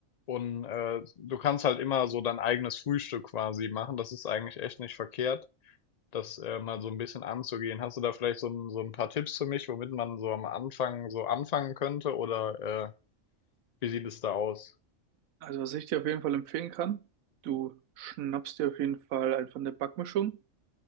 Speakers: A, on the left (about 75°); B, on the right (about 85°).
A: Und äh, du kannst halt immer so dein eigenes Frühstück quasi machen. Das ist eigentlich echt nicht verkehrt, das äh, mal so ein bisschen anzugehen. Hast du da vielleicht so ein, so ein paar Tipps für mich, womit man so am Anfang so anfangen könnte? Oder äh, wie sieht es da aus?
B: Also, was ich dir auf jeden Fall empfehlen kann, du schnappst dir auf jeden Fall einfach eine Backmischung